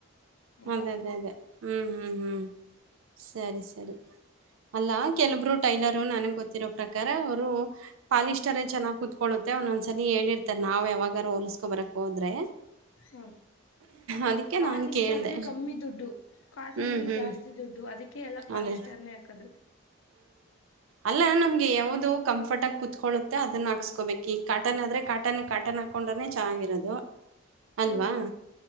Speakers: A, on the left (about 80°); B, on the right (about 85°).
A: ಅಂತ
B: ಅದೇ ಅದೇ ಅದೇ ಹ್ಮ್ ಹ್ಮ್ ಹ್ಮ್ ಸರಿ ಸರಿ ಅಲ್ಲಾ ಕೆಲಬ್ರು ಟೈಲರು ನನಗ್ ಗೊತ್ತ ರೋ ಪ್ರಕಾರ ಅವರು ಪಾಲಿಸ್ಟರೇ ಚೆನ್ನಾಗ್ ಕುತ್ಕೊಳ್ಳುತ್ತೆ ಒಂದೊಂದ್ಸರಿ ಹೇಳಿರ್ತಾರೆ ನಾವ್ ಯಾವಾಗ ಅವ ಕೊ ಬರಕ್ ಹೋದ್ರೆ
A: ಹಾ
B: ಅದಕ್ಕೆ
A: ಪಾಲಿಸ್ಟರ್ಗೆ
B: ನಾನು ಕೇಳ್ದೆ
A: ಕಮ್ಮಿ ದುಡ್ಡು ಕಾಟನ್ಗೆ
B: ಹ್ಮ್ ಹ್ಮ್
A: ಜಾಸ್ತಿ ದುಡ್ಡು ಅದಕ್ಕೆ ಅಕೆ ಎಲ್ಲ ಪಾಲಿಸ್ಟರ್ನೇ
B: ಅದೇ
A: ಹಾಕದು
B: ಅಲ್ಲಾ ನಮ್ಗೆ ಯಾವ್ದು ಕಂಫರ್ಟ್ ಆಗಿ ಕುತ್ಕೊಳ್ಳುತ್ತೆ ಅದನ್ನ ಹಾಕ್ಸ್ಕೋಬೇಕ ಈ ಕಾಟನ್ ಆದ್ರೆ ಕಾಟನ್ ಕಾಟನ್ ಹಾಕೊಂಡ್ರೆ ಚೆಗಿರೋದು ಅಲ್ವಾ
A: ಹ್ಮ್